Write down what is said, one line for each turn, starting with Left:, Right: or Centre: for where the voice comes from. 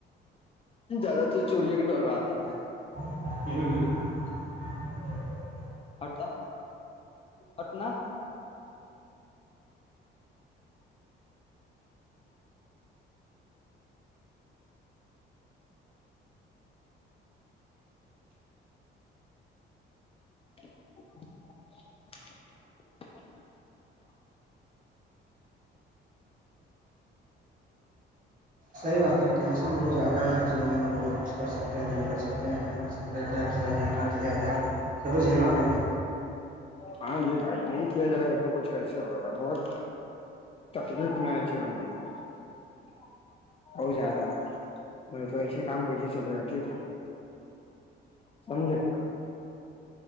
Left: زیادہ تر چوری کا ڈر رہ آتا ہے <unintelligible>
Right: <inaudible>
Left: ہے ہٹتا ہٹنا <inaudible>
Right: صحیح بات ہے ٹینشن بہت زیادہ ن جیون میں بہت کچھ کر سکتے ہیں نہیں کر سکتے ہیں کیا کر سکتے ہیں کیا کیا جائے نہ کیا جائے سب تو جھیلنا پڑ
Left: ہاں یہ بھائی نہیں کیا جائے گا تو کچھ کیسے ہوگا بہت تکلیف نہ ہے جیان میں بہت زیادہ نہیں تو ایسے کام کیسے چلے گا ٹھیک ہے سمجھے